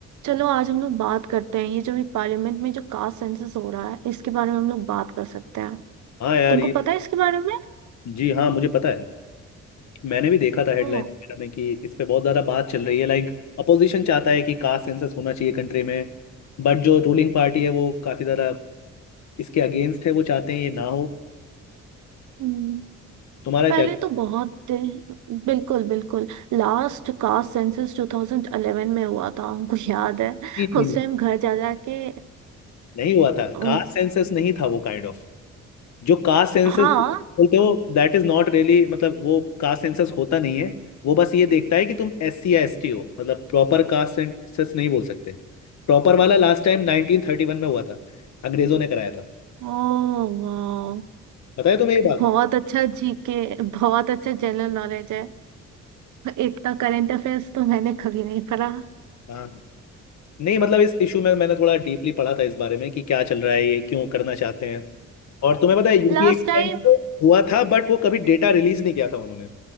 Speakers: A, on the right; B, on the left.
A: चलो आज हम लोग बात करते हैं ये जो भी पार्लियामेंट में जो कास्ट सेंसस हो रहा है इसके बारे में हम लोग बात कर सकते हैं
B: हाँ यार
A: तुमको
B: ये
A: पता है इसके बारे में
B: जी हाँ मुझे पता है मैंने भी देखा था हेडलाइन
A: ओ
B: वगैरह में कि इस पे बहुत ज़्यादा बात चल रही है लाइक अपोजिशन चाहता है कि कास्ट सेंसस होना चाहिए कंट्री में बट जो रूलिंग पार्टी है वो काफ़ी ज़्यादा इसके अगेंस्ट है वो चाहते हैं ये ना हो
A: हम्म,
B: तुम्हारा
A: पहले
B: क्या
A: तो बहुत दिन- बिल्कुल बिल्कुल लास्ट कास्ट सेंसस 2011 में हुआ था हमको याद है
B: नहीं नहीं
A: उस
B: नहीं
A: टाइम घर जा जा के
B: नहीं हुआ था
A: अम,
B: कास्ट सेंसस नहीं था वो काइंड ऑफ जो कास्ट सेंसस
A: हाँ
B: बोलते हो दैट इज नॉट रियली मतलब वो कास्ट सेंसस होता नहीं है वो बस ये देखता है कि तुम एस सी या एस टी हो मतलब प्रॉपर कास्ट सेंसस नहीं बोल सकते प्रॉपर वाला लास्ट टाइम 1931 में हुआ था अंग्रेजों ने कराया था
A: ओ वाह
B: पता है तुम्हें ये बात
A: बहुत अच्छा जीके बहुत अच्छा जनरल नॉलेज है इतना करंट अफेयर्स तो मैंने कभी नहीं पढ़ा
B: हाँ नहीं मतलब इस इशू में मैंने थोड़ा डीपली पढ़ा था इस बारे में कि क्या चल रहा है ये क्यों करना चाहते हैं और तुम्हें पता है यूपीए
A: Last
B: के
A: time
B: टाइम पे हुआ था बट वो कभी डेटा रिलीज नहीं किया था उन्होंने